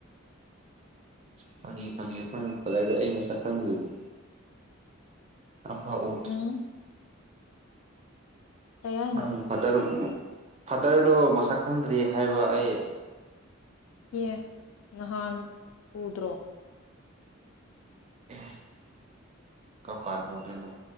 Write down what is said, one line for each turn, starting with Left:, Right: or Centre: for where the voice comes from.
Right: ꯐꯒꯤ ꯐꯒꯤ ꯅꯣꯏ ꯐꯗꯔꯗꯣ ꯑꯩ ꯃꯁꯥꯛ ꯈꯪ ꯗꯣꯏꯗꯤ ꯑꯝꯐꯧ ꯎꯗꯔꯤ
Left: ꯎꯝ ꯀꯩ ꯍꯥꯏꯅꯣ
Right: ꯅꯪ ꯐꯥꯗꯔ ꯎ ꯐꯥꯗꯔꯗꯣ ꯃꯁꯛ ꯈꯪꯗ꯭ꯔꯤ ꯍꯥꯏꯕ ꯑꯩ
Left: ꯑꯦ ꯅꯍꯥꯟ ꯎꯗ꯭ꯔꯣ
Right: <unintelligible> ꯀꯝꯀꯥꯜ ꯎꯗꯣꯏꯅꯣ